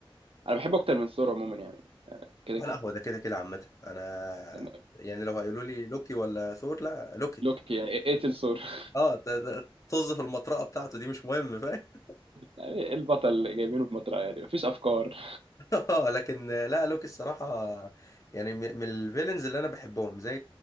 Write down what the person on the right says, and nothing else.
انا بحبه اكتر من ثور عموما يعني كده
كده
يعني
لوكي يعني اقتل ثور <laughs>
يعني إيه البطل اللي جايبينه بمطرقه يعني مفيش افكار